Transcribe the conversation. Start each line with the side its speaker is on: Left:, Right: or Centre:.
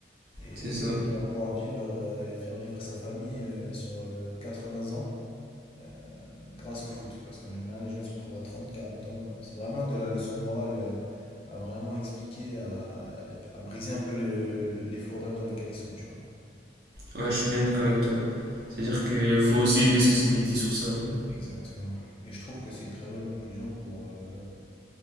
Left: et,
Right: c'est ça
Left: et qui va pouvoir vivre euh, et faire vivre sa famille euh, sur euh, vingts ans. euh, grâce au foot. Parce qu'en général, les gens ils se retrouvent à 30 40 ans. euh, C'est vraiment de la leçon morale euh, à vraiment expliquer, à, à briser un peu le- le- les faux rêves dans lesquels ils sont, tu vois.
Right: ouais je suis bien d'accord avec toi c'est à dire que faut aussi les sensibiliser sur ça quoi.
Left: Exactement. Et je trouve que c'est une très bonne conclusion pour, euh,